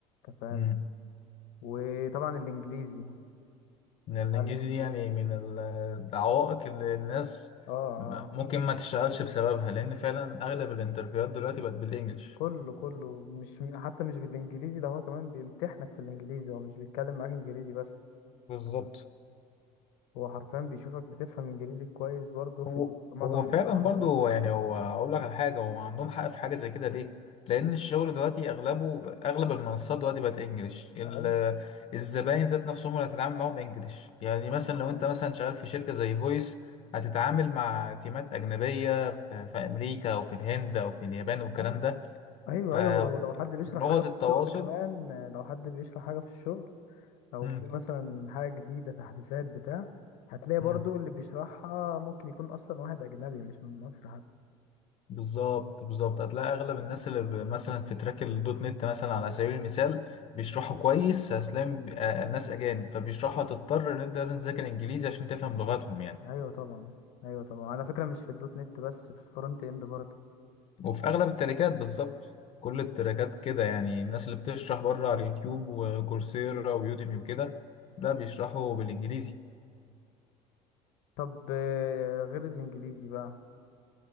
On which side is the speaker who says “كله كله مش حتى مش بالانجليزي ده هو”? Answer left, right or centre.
Left